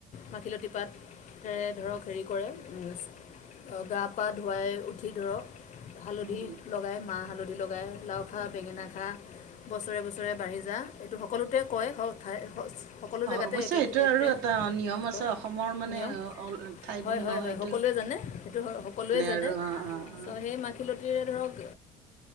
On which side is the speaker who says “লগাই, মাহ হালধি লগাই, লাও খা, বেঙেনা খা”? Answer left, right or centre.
Left